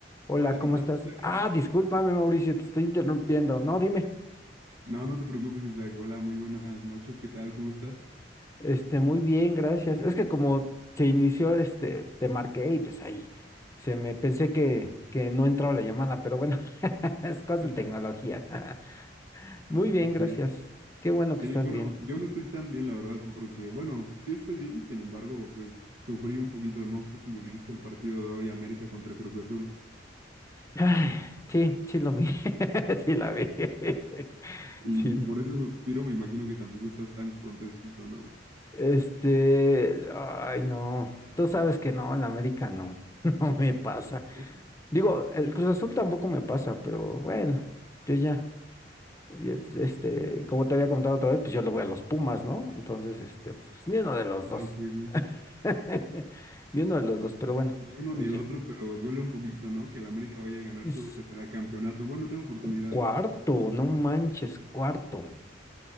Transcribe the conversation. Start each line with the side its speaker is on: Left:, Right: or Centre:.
Left: Hola,
Right: Hola,
Left: ¿cómo
Right: ¿qué tal,
Left: estás?
Right: Isaac?
Left: Ah, discúlpame, Mauricio, te estoy interrumpiendo.
Right: <laughs>
Left: No, dime.
Right: No, no te preocupes, Isaac. Hola, muy buenas noches. ¿Qué tal? ¿Cómo estás?
Left: Este, muy bien, gracias. Es que como se inició, este, te marqué y pues ahí se me pensé que, que no entraba la llamada, pero bueno, <laughs> es cosa
Right: <laughs>
Left: de tecnología. <laughs> Muy bien,
Right: Así
Left: gracias.
Right: es.
Left: Qué bueno
Right: Sí,
Left: que estás
Right: bueno,
Left: bien.
Right: yo no estoy tan bien, la verdad, porque, bueno, sí estoy bien, sin embargo, pues sufrí un poquito. No sé si viste el partido de hoy, América contra Cruz Azul.
Left: Ay, sí, sí lo vi. <laughs> Sí la vi. <laughs>
Right: Y
Left: Sí lo
Right: por
Left: vi.
Right: ese suspiro me imagino que tampoco estás tan contento, ¿no?
Left: Este, ay, no. Tú sabes que no, en la América no. <laughs> No me pasa.
Right: <laughs>
Left: Digo, el Cruz Azul tampoco me pasa, pero bueno, yo ya, y es- este, como te había comentado otra vez, pues yo le voy a los Pumas, ¿no? Entonces, este, pues ni uno de los
Right: Ah,
Left: dos.
Right: ok, ok.
Left: <laughs> Ni uno de los dos, pero bueno,
Right: Ni uno
Left: pues
Right: ni el
Left: ya.
Right: otro, pero duele un poquito, ¿no? Que el América vaya a ganar su
Left: Es
Right: tetracampeonato. Bueno, tengo oportunidades.
Left: cu- cuarto, no manches, cuarto.